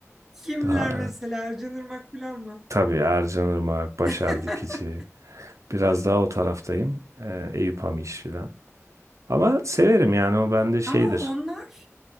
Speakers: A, in the centre; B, on the right.
A: Kimler
B: Daha
A: mesela Ercanırmak falan mı?
B: tabii Ercan Irmak, Başar
A: <laughs>
B: Dikici. Biraz daha o taraftayım. Ee, Eyüp Hamiş filan. Ama severim yani o bende şeydir.
A: Ama onlar